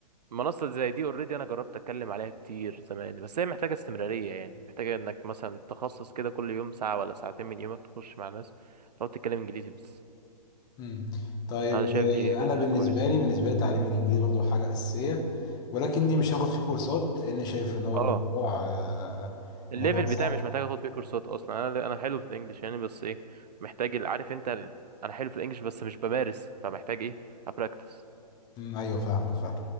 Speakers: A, on the right; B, on the left.
A: منصة زي دي اوريدي انا جربت اتكلم عليها كتير زمان بس هي محتاجة استمرارية يعني محتاجة انك مثلا تخصص كده كل يوم ساعة ولا ساعتين من يومك تخش مع ناس تقعد تتكلم انجليزي بس
B: مم. طيب
A: انا شايف دي
B: آه،
A: كده
B: انا بالنسبة
A: كويس
B: لي بالنسبة لي تعليم الانجليزي برضو حاجة اساسية ولكني مش هاخد فيه كورسات لان شايف ان هو
A: اه
B: الموضوع آه،
A: الليفل
B: الموضوع سهل
A: بتاعي مش محتاج اخد فيه كورسات اصلا انا انا حلو في الانجليش يعني بس ايه محتاج ال- عارف انت ال- انا حلو في الانجليش بس مش بمارس فمحتاج ايه ابراكتس
B: مم، ايوه فاهمك فاهم